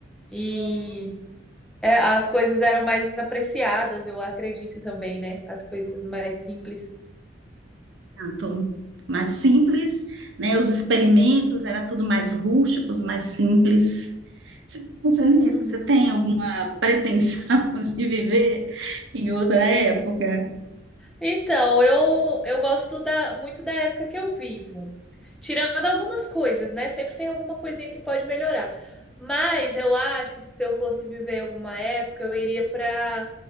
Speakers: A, in the centre; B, on the right.
A: E
B: Sim.
A: é, as coisas eram mais apreciadas, eu acredito também, né? As coisas mais simples.
B: Então, mais simples, né? Os experimentos era tudo mais rústicos, mais simples. Você pensa nisso?
A: Uhum.
B: Você tem alguma pretensão <laughs> de viver em outra época?
A: Então, eu, eu gosto da, muito da época que eu vivo. Tirando algumas coisas, né? Sempre tem alguma coisinha que pode melhorar. Mas eu acho que se eu fosse viver alguma época, eu iria para